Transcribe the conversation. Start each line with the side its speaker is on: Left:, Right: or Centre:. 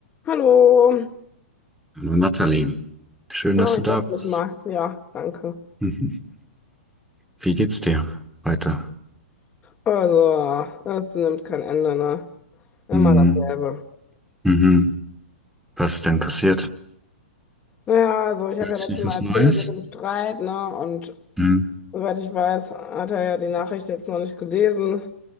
Left: Hallo.
Centre: Hallo Nathalie, schön,
Left: Oh,
Centre: dass
Left: ich
Centre: du da
Left: setze mich
Centre: bist.
Left: mal. Ja, danke.
Centre: <laughs> Mhm. Wie geht's dir heute?
Left: Also, es nimmt kein Ende, ne? Immer
Centre: Mhm.
Left: dasselbe.
Centre: Mhm. Was ist denn passiert?
Left: Naja, also ich
Centre: Gab's
Left: habe ja letztes
Centre: noch
Left: Mal
Centre: was
Left: erzählt
Centre: Neues?
Left: mit dem Streit, ne? Und
Centre: Mhm.
Left: soweit ich weiß, hat er ja die Nachricht jetzt noch nicht gelesen.